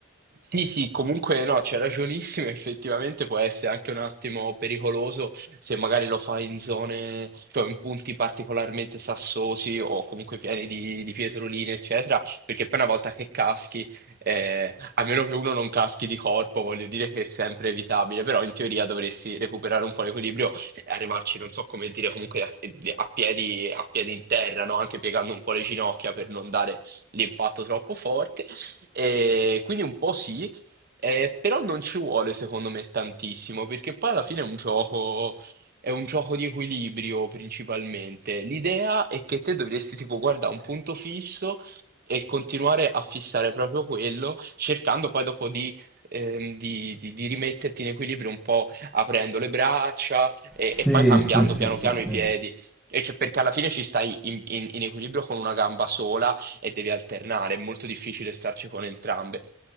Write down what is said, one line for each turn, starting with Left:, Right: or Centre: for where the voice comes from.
Right: Sì, sì, comunque no, c'è ragionissimo, <laughs> effettivamente può essere anche un attimo pericoloso se magari lo fai in zone, cioè in punti particolarmente sassosi o comunque pieni di, di pietroline, eccetera, perché poi una volta che caschi, eh, a meno che uno non caschi di corpo, voglio dire che è sempre evitabile, però in teoria dovresti recuperare un po' l'equilibrio e arrivarci, non so come dire, comunque a, a piedi, a piedi in terra, no? Anche piegando un po' le ginocchia per non dare l'impatto troppo forte. E quindi un po' sì, eh, però non ci vuole secondo me tantissimo, perché poi alla fine è un gioco, è un gioco di equilibrio principalmente. L'idea è che te dovresti tipo guardare un punto fisso e continuare a fissare proprio quello, cercando poi dopo di, ehm, di- di- di rimetterti in equilibrio un po' aprendo le braccia e,
Centre: Sì,
Right: e poi cambiando
Centre: sì, sì,
Right: piano
Centre: sì,
Right: piano
Centre: sì.
Right: i piedi. E cioè, perché alla fine ci stai in in- in equilibrio con una gamba sola e devi alternare, è molto difficile starci con entrambe.